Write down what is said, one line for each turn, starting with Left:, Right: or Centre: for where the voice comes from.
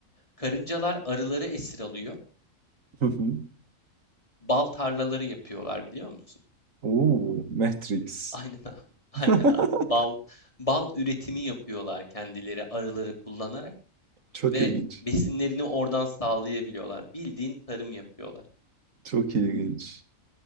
Left: Karıncalar arıları esir alıyor.
Right: Hı hı.
Left: Bal tarlaları yapıyorlar biliyor musun?
Right: Oo, Matrix.
Left: <laughs> Aynen abi. Aynen
Right: <laughs>
Left: abi. Bal bal üretimi yapıyorlar kendileri arıları kullanarak
Right: Çok
Left: ve
Right: ilginç.
Left: besinlerini oradan sağlayabiliyorlar. Bildiğin tarım yapıyorlar.
Right: Çok ilginç.